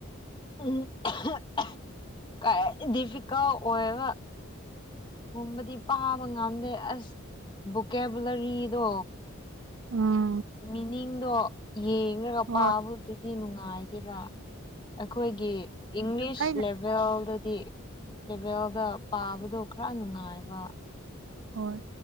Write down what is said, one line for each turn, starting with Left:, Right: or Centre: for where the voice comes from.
Left: ꯎꯝ <unintelligible> ꯀ ꯗꯤꯐꯤꯀꯜ ꯑꯣꯏꯕ ꯨꯕꯗꯤ ꯄꯥꯕ ꯉꯝꯗꯦ ꯑꯁ ꯕꯣꯀꯦꯕꯨꯂꯔꯤꯗꯣ
Right: ꯎꯝ
Left: ꯃꯤꯅꯤꯡꯗꯣ ꯌꯦꯡꯒ
Right: ꯍꯣꯏ
Left: ꯄꯥꯕꯗꯨꯗꯤ ꯅꯨꯡꯉꯥꯏꯗꯦꯕ ꯑꯩꯈꯣꯏꯒꯤ ꯏꯪꯂꯤꯁ
Right: ꯑꯩꯅ
Left: ꯂꯦꯚꯦꯜꯗꯗꯤ ꯂꯦꯚꯦꯜꯗ ꯄꯥꯕꯗꯨ ꯈꯔ ꯅꯨꯡꯉꯥꯏꯕ
Right: ꯍꯣꯢ